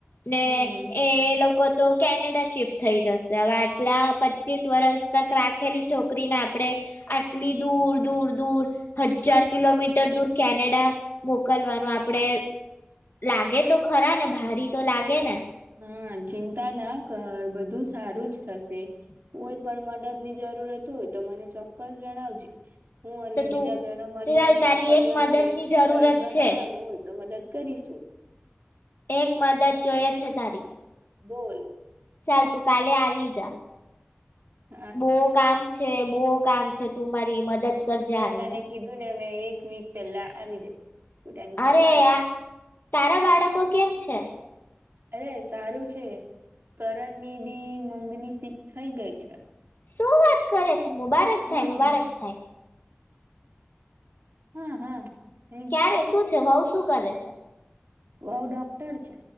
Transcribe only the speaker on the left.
ને
એ લોકો તો કેનેડા શિફ્ટ થઈ જશે હવે આટલા પચીસ વર્ષ તક રાખેલી છોકરીને આપણે આટલી, દૂર દૂર દૂર હજાર કિલોમીટર દૂર કેનેડા, મોકલવાનું આપડે લાગે તો ખરા ને ભારી તો લાગે ને.
તો
તું
ચાલ
તારી એક
મદદની
જરૂરત
છે
એક મદદ જોઈ જ છે તારી.
ચાલ તું કાલે આવી જા.
બહ કામ. છે બહુ કામ છે તું મારી મદદ કરજે
આવીને
અરે
આ તારા બાળકો કેમ છે?
શું વાત કરે. મુબારક
થાય મુબારક થાય.
ક્યારે
શું છે વઉ શું કરે છે?